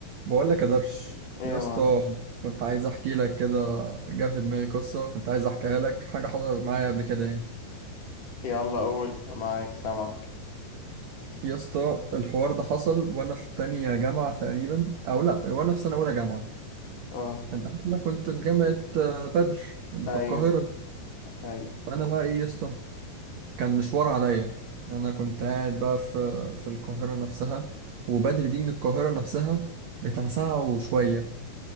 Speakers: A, on the right; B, on the left.
A: بقول لك يا درش
B: ايه
A: يا
B: يا
A: اسطى
B: معلم
A: مم. كنت عايز احكي لك كده جه في دماغي قصه كنت عايز احكيها لك حاجه حصلت معايا قبل كده يعني
B: يلا قول أنا معاك سامعك
A: يا اسطى الحوار ده حصل وانا في تانية جامعه تقريبا او لا وانا في سنه اولى جامعه
B: اه
A: انت عارف إن انا كنت في جامعه آه، بدر اللي
B: ايوه
A: في القاهره
B: ايوه
A: فانا بقى ايه يا اسطى كان مشوار عليا يعني انا كنت قاعد بقى في في القاهره نفسها وبدر دي من القاهره نفسها بتاع ساعه وشويه